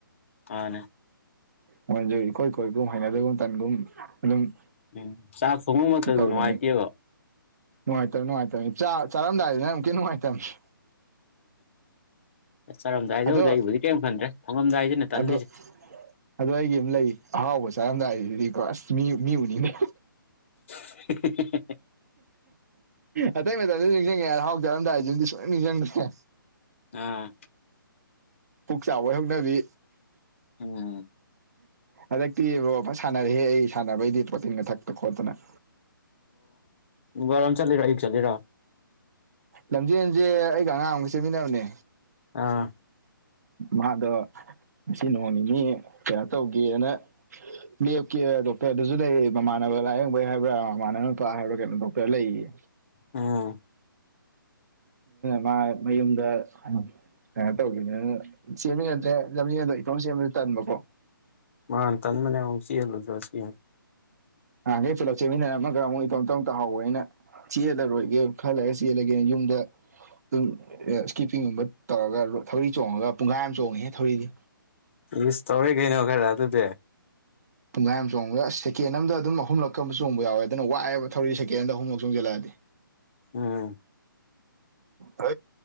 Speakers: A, on the left; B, on the right.
A: ꯃꯥꯅꯦ
B: ꯃꯣꯏꯁꯨ ꯏꯀꯣꯏ ꯀꯣꯏꯒꯨꯝ ꯍꯩꯅꯗꯒꯨꯝ ꯇꯟꯒꯨꯝ ꯑꯗꯨꯝ
A: ꯎꯝ ꯆꯥꯛ ꯊꯣꯡꯕꯃꯛꯇꯁꯨ
B: ꯇꯧꯗꯕꯅꯤ
A: ꯅꯨꯡꯉꯥꯏꯇꯦꯕꯣ
B: ꯅꯨꯡꯉꯥꯏꯇꯕꯅꯤ ꯅꯨꯡꯉꯥꯏꯇꯕꯅꯤ ꯆꯥꯔꯝꯗꯥꯏꯗꯅ ꯑꯃꯨꯛꯀ ꯍꯦꯟꯅ ꯅꯨꯡꯉꯥꯏꯇꯕꯅꯤꯅꯦ
A: ꯆꯥꯔꯝꯗꯥꯏꯗꯕꯨꯗ
B: ꯑꯗꯣ
A: ꯑꯩꯕꯨꯗꯤ ꯀꯔꯤꯝ ꯈꯟꯗ꯭ꯔꯦ ꯊꯣꯡꯉꯝꯗꯥꯏꯁꯤꯅ ꯇꯜꯂꯤꯁꯦ
B: ꯑꯗꯣ ꯑꯗꯣ ꯑꯩꯒꯤ ꯑꯃ ꯂꯩ ꯑꯍꯥꯎꯕ ꯆꯥꯔꯝꯗꯥꯏꯁꯤꯗꯤꯀꯣ ꯑꯁ ꯃꯤ ꯎꯅꯤꯅꯦ
A: <unintelligible>
B: ꯑꯇꯩ ꯃꯇꯝꯗ ꯅꯤꯡꯁꯤꯡꯉꯦ ꯍꯥꯏꯅ ꯍꯥꯎꯖꯔꯝꯗꯥꯏꯁꯤꯗꯤ ꯁꯨꯡꯅ ꯅꯤꯡꯁꯤꯡꯗ꯭ꯔꯦ
A: ꯑꯥ
B: ꯄꯨꯛ ꯆꯥꯕ ꯍꯧꯅꯕꯤ
A: ꯑꯣꯝ
B: ꯍꯟꯗꯛꯇꯤ ꯕꯕꯥꯕ ꯁꯥꯟꯅꯔꯍꯦ ꯑꯩ ꯁꯥꯟꯅꯕꯩꯗꯤ ꯄꯣꯇꯤꯟꯒ ꯊꯛꯇ ꯈꯣꯠꯇꯅ
A: ꯑꯣ ꯔꯝ ꯆꯠꯂꯦꯔ ꯑꯌꯛ ꯆꯠꯂꯦꯔ
B: ꯂꯝꯖꯦꯟꯁꯦ ꯑꯩꯒ ꯑꯉꯥꯡ ꯑꯃꯒ ꯆꯦꯟꯃꯤꯟꯅꯕꯅꯦ
A: ꯑꯥ
B: ꯃꯥꯗ ꯉ ꯅꯣꯡ ꯅꯤꯅꯤ ꯀꯩꯅꯣ ꯇꯧꯒꯦꯅ ꯂꯦꯞꯀꯦ ꯗꯣꯛꯇꯔ ꯑꯗꯨꯁꯨ ꯂꯩ ꯃꯃꯥꯟꯅꯕ ꯂꯥꯏꯌꯦꯡꯕꯩ ꯍꯥꯏꯕ꯭ꯔꯥ ꯃꯃꯥꯟꯅꯕ ꯅꯨꯄꯥ ꯍꯥꯏꯕ꯭ꯔꯥ ꯀꯩꯅꯣ ꯗꯣꯛꯇꯔ ꯂꯩꯌꯦ
A: ꯎꯝ
B: ꯃꯥ ꯃꯌꯨꯝꯗ ꯑ ꯇꯧꯤꯅꯦ ꯁꯦꯝꯃꯤꯟꯅꯠꯇ꯭ꯔꯦ ꯂꯝꯖꯗꯣ ꯏꯇꯣ ꯁꯦꯝꯕꯗ ꯇꯟꯕꯀꯣ
A: ꯃꯥ ꯇꯟ ꯃꯅꯦ ꯑꯣꯪꯁꯤꯜꯨ ꯖꯁꯤ
B: ꯅꯍꯥꯟꯈꯩ ꯄꯨꯂꯞ ꯆꯦꯃꯤꯟꯅꯔ ꯑꯃ ꯈꯔ ꯑꯃꯨꯛ ꯏꯧꯝ ꯇꯧ ꯇꯥꯍꯧꯋ ꯑꯩꯅ ꯆꯦꯜꯂꯔꯣꯏꯒꯦ ꯈꯜꯂꯔ ꯆꯦꯜꯂꯒꯦ ꯌꯨꯝꯗ ꯑꯗꯨꯝ ꯏꯁꯀꯤꯞꯄꯤꯡꯒꯨꯝꯕ ꯇꯧꯔꯒ ꯊꯧꯔꯤ ꯆꯣꯡꯉꯒ ꯄꯨꯡꯈꯥꯏ ꯑꯃ ꯆꯣꯡꯉꯤꯍꯦ ꯊꯧꯔꯤꯗꯤ
A: ꯏꯁ ꯇꯧꯋꯦꯒꯩꯅꯩꯅ ꯈꯔ ꯑꯗꯨꯗꯤ
B: ꯄꯨꯡꯈꯥꯏ ꯑꯃ ꯆꯣꯡꯕꯗ ꯁꯦꯦꯟ ꯑ ꯑꯃꯗ ꯑꯗꯨꯝ ꯑꯍꯨꯝꯂꯛꯀ ꯆꯣꯡ ꯌꯥꯎꯋꯦ ꯑꯗꯨꯅ ꯋꯥꯑꯕ ꯊꯧꯔꯤ ꯁꯦꯀꯦꯟ ꯑꯃꯗ ꯑꯍꯨꯝꯂꯛ ꯆꯣꯡ ꯆꯜꯂꯛꯑꯗꯤ
A: ꯎꯝ
B: ꯍ